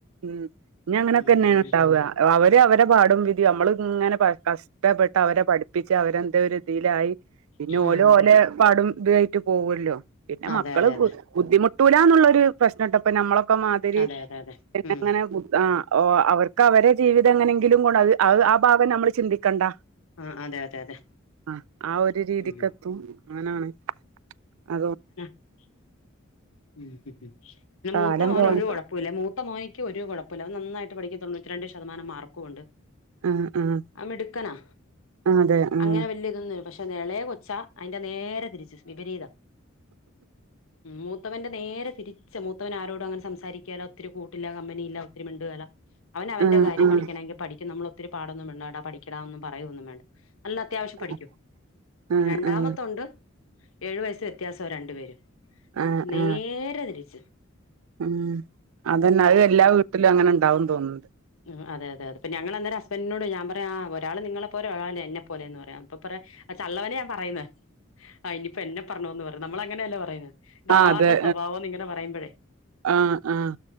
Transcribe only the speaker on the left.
ഉം പിന്നെ
ആഹ് അതെ
അതെ അതെ അതെ
അതെ അതെ അതെ
ഉം
ആഹ് അതെ അതെ അതെ
ഉം
മ്മ്
മൂത്ത മോന്
ഒരു കൊഴപ്പം പ്പ്ല മൂത്ത മോനിക്ക് ഒരു കുഴപ്പമില്ല അവൻ നന്നായിട്ട് പഠിക്കുതൊണ്ണൂറ്റി രണ്ട് ശതമാനം മാർക്കുണ്ട്
അവൻ മിടുക്കനാ
അങ്ങനെ വലിയ ഇതൊന്നല്ല പക്ഷെ എളയ കൊച്ചാ അതിന്റെ നേരെ തിരിച്ചവിപരീത മൂത്തവന്റെ നേരെ തിരിച്ച മൂത്തവൻ ആരോടും അങ്ങനെ സംസാരിക്കേല ഒത്തിരി കൂട്ടില്ല കമ്പനിയില്ല ഒത്തിരി മിണ്ടുവേല അവന് അവന്റെ
കാര്യം
പഠിക്കണമെങ്കിൽ പഠിക്കും നമ്മൾ ഒത്തിരി പാടൊന്നും പിണ്ടേടാ പഠിക്കടാ ഒന്നും പറയൊന്നും വേണ്ട നല്ല അത്യാവശ്യം പഠിക്കും
ഇ രണ്ടാമത്ത
ഉണ്ട് ഏഴു വയസ് വ്യത്യാസം ആ രണ്ടു പേരും
പക്ഷെ നേരെ
തിരിച്ചു
ഉം അതെഅതെ അതെ പ്പം ഞങ്ങൾ അന്നേരം ഹസ്ബൻറിനോട് ഞാൻ പറയാ ആ ഒരാള് നിങ്ങളെ പോലെ ഒരാൾ എന്നെ പോ പോലെന്നു പറയാം അപ്പൊ പറയു ലെ ആ തള്ളവരയാ പറയുന്നേ ആ ഇനിയിപ്പം എന്നെ പറഞ്ഞോ ന്ന് പറയും നമ്മളായി അങ്ങനെയല്ലേ പറയുന്നേ ഇത്
ആരുടെ
സ്വഭാവന്ന് ഇങ്ങനെ പറയുമ്പോഴേ